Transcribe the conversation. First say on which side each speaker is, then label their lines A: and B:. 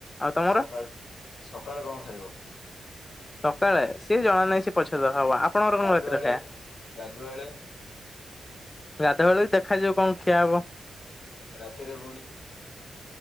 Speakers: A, on the left; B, on the left.
A: ଆଉ ତମର?
B: ସକାଳ ସକାଳେ କଣ ଖାଇବ?
A: ସକାଳେ ସିଏ ଜଣା ନାହିଁ ସେ ପଛ ଦଖା ହବ। ଆପଣଙ୍କର
B: ଗାଧୁଆଳେ
A: କଣ କତିର ଖାଇବା?
B: ଗାଧୁଆଳେ
A: ଗାଧୁଆବେଳକୁ ଦେଖାଯିବ କଣ ଖିଆ ହବ।
B: ରାତିରେ ଭୁଣି